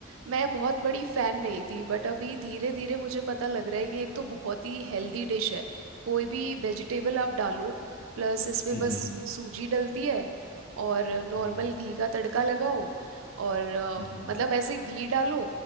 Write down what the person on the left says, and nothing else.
हम्म
जी
हम्म